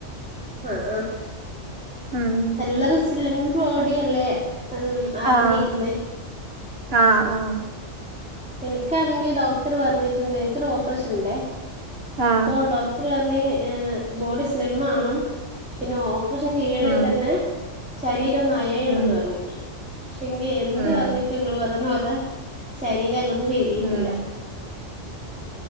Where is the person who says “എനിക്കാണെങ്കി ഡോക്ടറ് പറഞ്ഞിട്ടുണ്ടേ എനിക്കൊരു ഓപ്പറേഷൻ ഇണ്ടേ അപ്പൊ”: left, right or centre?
Centre